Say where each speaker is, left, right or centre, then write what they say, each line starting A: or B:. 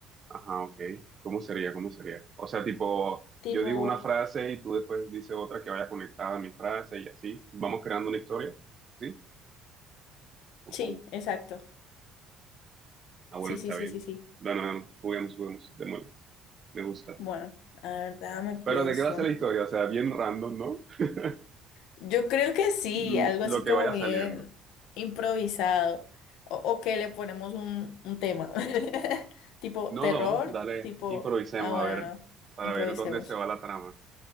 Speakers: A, on the right; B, on the left.
A: ajá, ok. ¿Cómo sería? ¿Cómo sería? O sea, tipo,
B: Tipo,
A: yo digo una frase y tú después dices otra que vaya conectada a mi frase y así. Vamos creando una historia, ¿sí? ¿O
B: sí,
A: cómo?
B: exacto.
A: Ah, bueno,
B: Sí,
A: está
B: sí, sí,
A: bien.
B: sí, sí.
A: Bueno, bueno, juguemos, juguemos, demonio, me gusta.
B: Bueno, la verdad me pienso.
A: Pero ¿de qué va a ser la historia? O sea, bien random, ¿no? <laughs>
B: Yo creo que sí,
A: l-
B: algo
A: lo
B: así
A: que
B: como
A: vaya
B: bien
A: saliendo.
B: improvisado. O, o que le ponemos un, un tema. <laughs> Tipo
A: No,
B: terror,
A: no, dale,
B: tipo,
A: improvisemos
B: ah, bueno,
A: a ver,
B: no,
A: para
B: improvisemos.
A: ver dónde se va la trama.